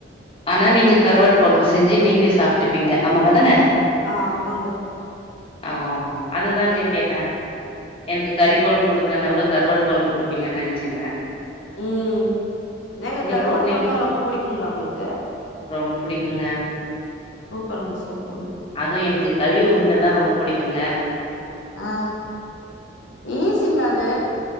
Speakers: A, on the left (about 30°); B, on the left (about 85°).
A: ஆனா நீங்க கரவாடு கொழம்பு செஞ்சு நீங்களே சாப்பிட்டுப்பீங்க ஆமாங்க தான
B: ஆமங்க
A: ஒ ஓ அதுதாங்க கேட்ட எனக்கு கறி குழம்பு கொடுக்கணுனா கூட கருவாடு குழம்பு குடுப்பீங்கன்னு நினைச்சேங்க
B: உம் எங்க கருவாட
A: குடுக்கலீங்
B: குழம்புனா ரொம்ப பிடிக்குங்களா உங்களுக்
A: ரொம்ப பிடிக்குங்க
B: சூப்பருங்க சூப்பருங்க
A: அதுவு எனக்கு களி உருண்டன்னா ரொம்ப பிடிக்குங்க
B: ஆ ஈசிங்க அது